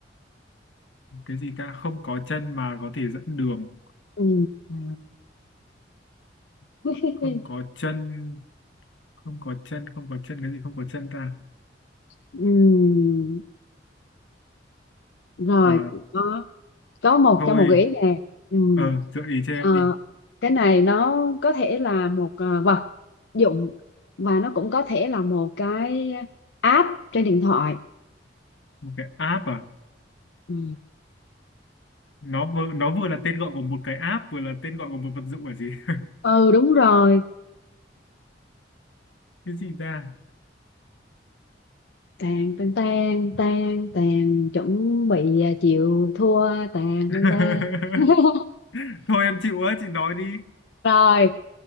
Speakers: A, on the left; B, on the left.
A: cái gì ta không có chân mà có thể dẫn đường
B: ừ.
A: ừ.
B: <laughs>
A: không có chân không có chân không có chân cái gì không có chân ta
B: ừ. rồi
A: Ờ,
B: có có một
A: thôi
B: trong một gợi ý nè ừ.
A: Ờ, gợi ý cho em
B: Ờ,
A: đi.
B: cái này nó có thể là một ờ, vật dụng và nó cũng có thể là một cái app trên điện thoại
A: Một cái app à?
B: ừ,
A: Nó vừa nó vừa là tên gọi của một cái app, vừa là tên gọi của một vật dụng là gì? <laughs>
B: ừ đúng rồi
A: Cái gì ra?
B: tàn tàn tàn tàn tàn chuẩn bị ờ, chịu thua tàn
A: <laughs>
B: tàn tàn <laughs>
A: Thôi em chịu á, chị nói đi.
B: rồi